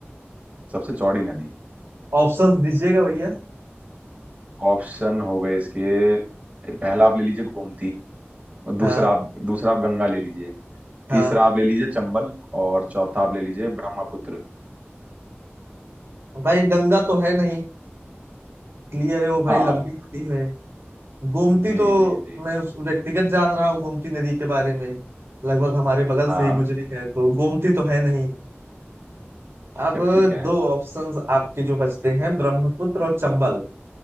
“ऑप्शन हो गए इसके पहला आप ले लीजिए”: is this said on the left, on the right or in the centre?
Right